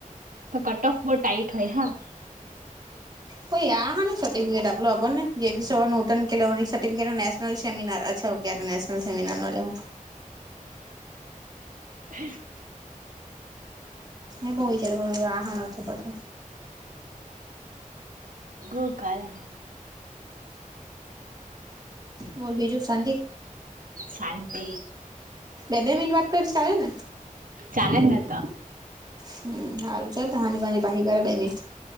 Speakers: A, on the right; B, on the right.
A: તો કટ ઓફ બહુટાઇટ હોય હા
B: હ એ હાને સર્ટિફિકેટ આપલોુંણને જેપી સબ નોટન કે સર્ટિફિકેટ નનેશનલ સેમિનાર અચ્છા ક નેશનલ સેમિનાર નો લેવો
A: હ
B: એ બહુ વિચાર આહન ઓછો પાછો
A: ઞઈ કાલે
B: બોલ બીજું શાંતિ?
A: શાંતી
B: અ બે મિનટ વાત કરજે ચાલે ને
A: ચાલે જ ને તો
B: હમ હારું ચાલ તો હાન ભની પાહી <unintelligible> બે મિટ